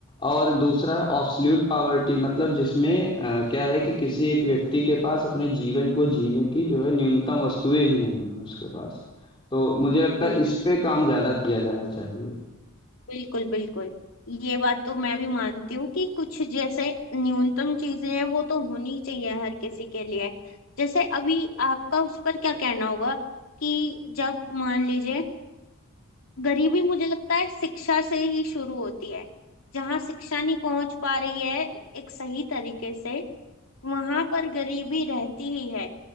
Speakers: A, on the left; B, on the left.
A: और दूसरा है ऑब्सोल्यूट पावर्टी मतलब जिसमें अ, क्या है कि किसी एक व्यक्ति के पास अपने जीवन को जीने की जो है न्यूनतम वस्तुएं ही नहीं है उसके पास तो मुझे लगता
B: बिल्कुल
A: है इस पे काम ज्यादा किया जाना चाहिए
B: बिल्कुल बिल्कुल ये बात तो मैं भी मानती हूँ कि कुछ जैसे न्यूनतम चीजें हैं वो तो होनी चाहिए हर किसी के लिए जैसे अभी आपका उस पर क्या कहना होगा कि जब मान लीजिए गरीबी मुझे लगता है शिक्षा से ही शुरू होती है जहाँ शिक्षा नहीं पहुंच पा रही है एक सही तरीके से वहां पर गरीबी रहती ही है